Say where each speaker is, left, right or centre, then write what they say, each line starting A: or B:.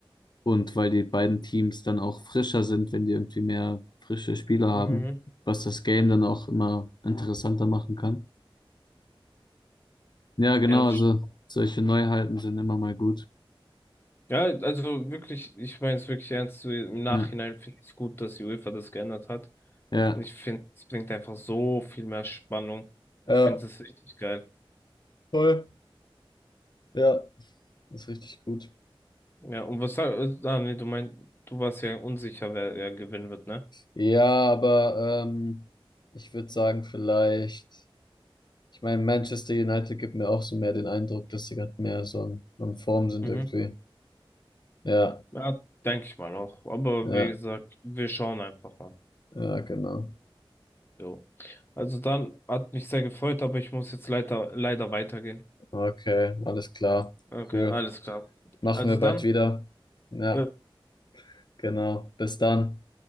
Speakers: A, on the left; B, on the left.
A: Und weil die beiden Teams dann auch frischer sind, wenn die irgendwie mehr frische Spieler haben,
B: Mhm.
A: was das Game dann auch immer interessanter machen kann. Ja, genau,
B: Ja, das
A: also
B: ist-
A: solche Neuheiten sind immer mal gut.
B: ja, also wirklich, ich meine es wirklich ernst. so Im Nachhinein
A: Ja,
B: finde ich es gut, dass die UEFA das geändert hat.
A: ja,
B: Und ich finde, es bringt einfach so viel mehr Spannung.
A: Ja,
B: Ich finde es richtig geil.
A: voll. Ja, ist richtig gut.
B: Ja, und was, äh, ah, nee, du meinst, du warst ja unsicher, wer, wer gewinnen wird, ne?
A: Ja, aber ähm, ich würde sagen, vielleicht, ich meine, Manchester United gibt mir auch so mehr den Eindruck, dass sie gerade mehr so in, in Form sind
B: Mhm.
A: irgendwie. Ja,
B: Ja, denke ich mal auch. Aber
A: ja,
B: wie gesagt, wir schauen einfach mal.
A: ja, genau.
B: So. Also dann hat mich sehr gefreut, aber ich muss jetzt leider, leider weitergehen.
A: Okay, alles klar.
B: Okay,
A: Cool.
B: alles klar.
A: Machen
B: Also
A: wir bald
B: dann.
A: wieder. Ja,
B: ja,
A: genau. Bis dann.